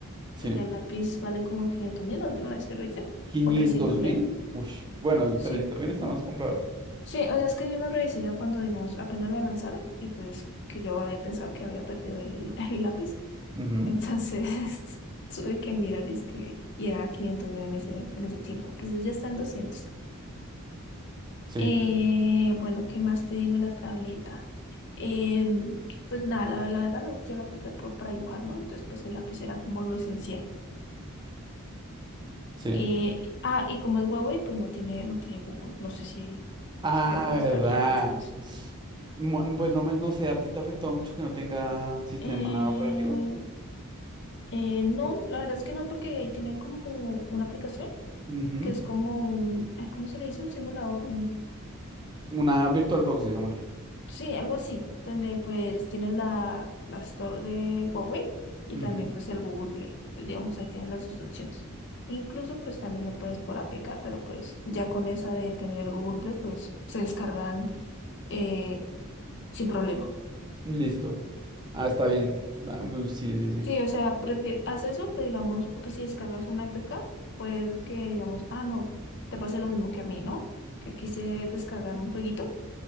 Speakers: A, on the left; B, on the right.
A: Porque
B: Sí.
A: ya el lápiz vale como quinientos mil la última vez que revisé,
B: Quinientos
A: o trescientos
B: mil,
A: mil.
B: Ush. bueno,
A: Sí,
B: trescientos mil está
A: bu-
B: más comprable.
A: sí, o sea, es que yo lo revisé ya cuando, digamos, apenas la lanzaron y pues que yo había pensado que había perdido el <laughs> el lápiz.
B: Ujú,
A: Entonces <laughs> tuve que mirar es que, y era quinientos mil en ese, en ese tiempo. Entonces ya está en doscientos
B: Sí,
A: Eh, bueno, ¿qué más te digo de la tableta? Eh, pues nada, la, la verdad lo- yo la compré por, para dibujar, ¿no? Entonces pues el lápiz era como lo esencial.
B: sí.
A: Eh, ah, y como es Huawei, pues no tiene, no tiene Google. No sé si,
B: Ah,
A: si te molestaría
B: ¿verdad?
A: mucho eso.
B: Mu- Pues no, me- no sé, ¿a ti te ha afectado mucho que no tenga sistema
A: Eh,
B: operativo?
A: eh, no, la verdad es que no, porque ahí tienen como una aplicación
B: Ujú.
A: que es como un, ay, ¿cómo se le dice? Un simulador,
B: Una VirtualBox, digámosle.
A: Sí, algo así, donde pues tienes la, la Store de Huawei y
B: Ujú.
A: también pues el Google Play. Pues, digamos, ahí tienes las dos opciones. Incluso pues también lo puedes por APK, pero pues ya con esa de tener el Google Play pues se descargan eh, sin problema.
B: Listo. Ah, está bien. Da- mm, Sí, sí, sí.
A: Sí, o sea, prefi- haz eso, pues digamos, porque si descargas una APK, puede que digamos, ah, no, te pase lo mismo que a mí, ¿no? Que quise descargar un jueguito